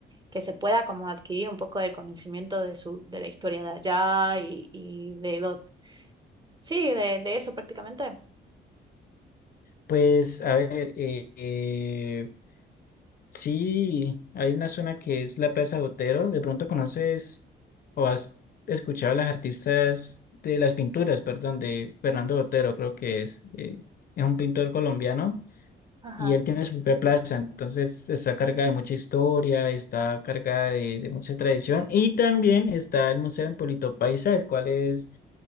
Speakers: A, on the right; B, on the left.
A: que se pueda como adquirir un poco del conocimiento de su, de la historia de allá y, y de lo, sí, de, de eso prácticamente?
B: Pues a ver, eh, eh, sí, hay una zona que es la Plaza Botero, de pronto conoces o has escuchado a las artistas de las pinturas, perdón, de Fernando Botero, creo que es, eh, es un pintor colombiano
A: Ajá.
B: Y él tiene su propia plaza, entonces está cargada de mucha historia, está cargada de, de mucha tradición. Y también está el Museo en Polito Paisa, el cual es